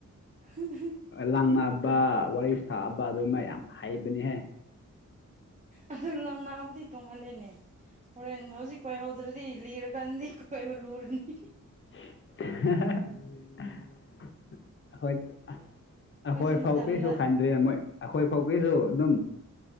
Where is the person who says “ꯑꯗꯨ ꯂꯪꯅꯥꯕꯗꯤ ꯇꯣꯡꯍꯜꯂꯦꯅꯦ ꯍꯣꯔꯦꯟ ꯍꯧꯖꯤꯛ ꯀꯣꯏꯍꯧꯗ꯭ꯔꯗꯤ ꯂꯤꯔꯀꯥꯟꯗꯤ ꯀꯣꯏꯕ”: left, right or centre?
Right